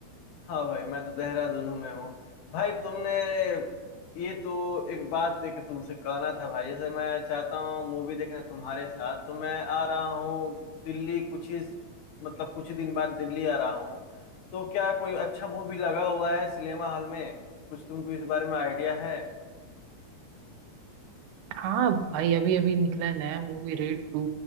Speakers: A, on the left; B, on the right.
A: हाँ भाई मैं तो देहरादून में हूँ भाई तुमने ये तो एक बात एक तुमसे कहना था भाई जैसे मैं चाहता हूँ मूवी देखना तुम्हारे साथ तो मैं आ रहा हूँ दिल्ली कुछ ही मतलब कुछ ही दिन बाद दिल्ली आ रहा हूँ तो क्या कोई अच्छा मूवी लगा हुआ है सिनेमा हॉल में कुछ तुमको इस बारे में आइडिया है
B: हाँ भाई अभी अभी निकला है नया मूवी रेड टू